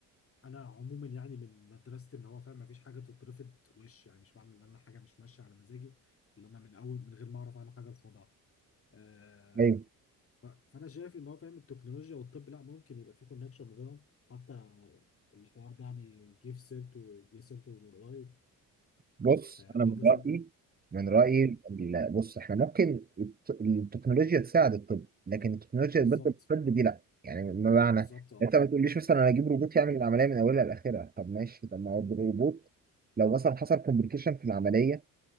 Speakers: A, on the left; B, on the right.
A: انا عموما يعني من مدرسه ان هو فاهم مفيش حاجه تترفض وش يعني مش معنى ان انا حاجه مش ماشيه على مزاجي اللي انا من اول من غير ما اعرف عنها حاجه ارفضها آه
B: ايوه
A: ف- فانا شايف ان هو فاهم التكنولوجيا والطب لا ممكن يبقى في كونكشن ما بينهم حتى الحوار ده يعني جه في سيرته جه في سيرته من قريب
B: بص
A: آه
B: انا
A: واحده
B: من
A: زم...
B: رايي من رايي
A: ايه
B: ال- بص احنا ممكن الت- التكنولوجيا تساعد الطب لكن التكنولوجيا
A: بالظبط
B: تبدل الطب دي لا يعني بمعنى
A: بالظبط اه
B: انت ما تقوليش مثلا انا اجيب روبوت يعمل العمليه من اولها لاخرها طب ماشي طب ما هو
A: مم.
B: الروبوت لو مثلا حصل كومبليكيشن في العمليه